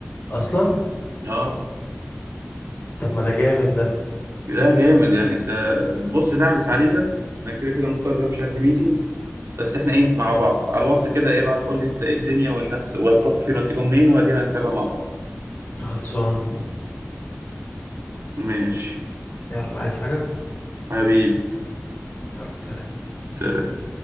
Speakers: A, on the left; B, on the right.
A: اصلا
B: اه
A: طب ما ده جامد ده
B: لا جامد يعني انت بص دعبس عليها انا كده كده مضطر امشي عندي ميتنج بس احنا ايه مع بعض على الواتس كده ايه ابعت قول لي انت ايه الدنيا والناس وهتروحوا فين وهتيجوا منين وادينا نتابع مع بعض
A: خلصانة
B: ماشي
A: يلا عايز حاجة
B: حبيبي
A: يلا سلام
B: سلام